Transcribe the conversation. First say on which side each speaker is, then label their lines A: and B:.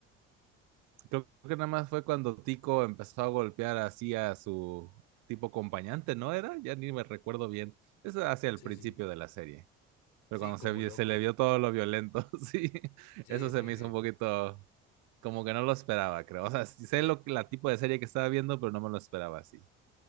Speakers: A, on the right; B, on the left.
A: creo que nada más fue cuando Tico empezó a golpear así a su tipo acompañante, ¿no era? Ya ni me recuerdo bien. Eso hacia el
B: Sí,
A: principio
B: sí,
A: de la serie. Pero
B: sí,
A: cuando
B: como
A: se, vio-
B: loco.
A: se le vio todo lo violento, <laughs> sí,
B: Sí,
A: eso se
B: sí,
A: me
B: sí.
A: hizo un poquito como que no lo esperaba, creo. O sea, sí sé
B: Eh,
A: lo, la tipo de serie que estaba viendo, pero no me lo esperaba así.